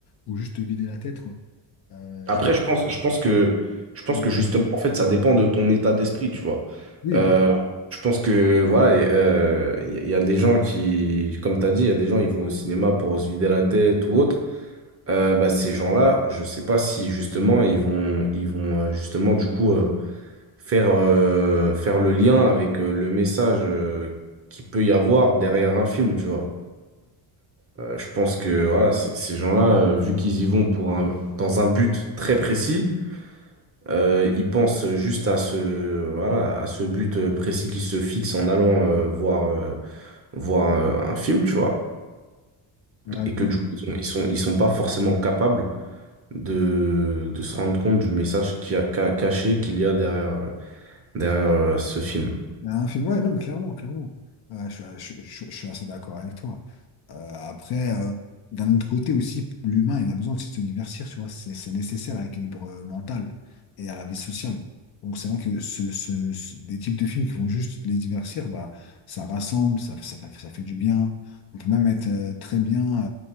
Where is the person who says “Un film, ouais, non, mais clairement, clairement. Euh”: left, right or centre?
Left